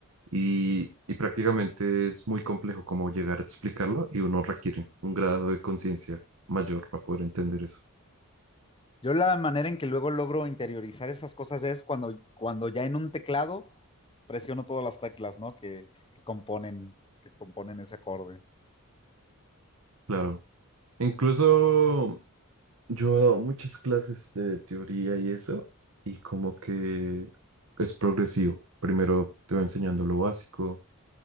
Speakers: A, on the right; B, on the left.
A: y, y prácticamente es muy complejo como llegar a explicarlo, y uno requiere un grado de conciencia mayor para poder entender eso.
B: Yo la manera en que luego logro interiorizar esas cosas es cuando, cuando ya en un teclado presiono todas las teclas, ¿no? Que, que componen, que componen ese acorde.
A: Claro. Incluso Yo he dado muchas clases de teoría y eso, y como que es progresivo. Primero te va enseñando lo básico,